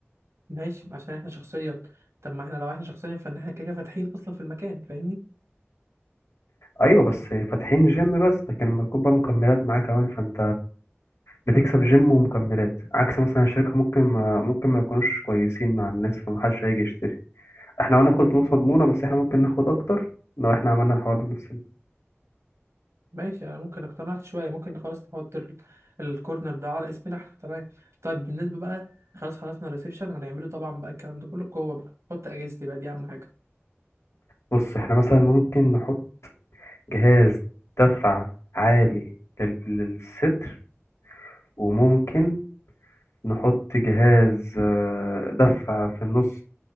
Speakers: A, on the right (about 85°); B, on the left (about 80°).
A: ماشي عشان احنا شخصيا طب ما احنا لو احنا شخصيا فان احنا كده كده فاتحين اصلا في المكان فاهمني
B: ايوه بس فاتحين جيم بس لكن لما تكون بقى مكملات معاه كمان فانت بتكسب جيم ومكملات عكس مثلا الشركة ممكن ما ممكن ما يكونوش كويسين مع الناس فمحدش هيجي يشتري احنا هناخد فلوس مضمونة بس احنا ممكن ناخد اكتر لو احنا عملنا الحوار ده بنفسنا
A: ماشي انا ممكن اقتنعت شويه ممكن خلاص نحط ال- الكورنر ده على اسمنا احنا تمام طيب بالنسبه بقى خلاص خلصنا الريسبشن هنعمله طبعا بقى الكلام ده كله جوه بقى نحط اجهزتي بقى دي اهم حاجه
B: بص احنا مثلا ممكن نحط جهاز دفع عالي لل- للصدر وممكن نحط جهاز آه، دفع في النص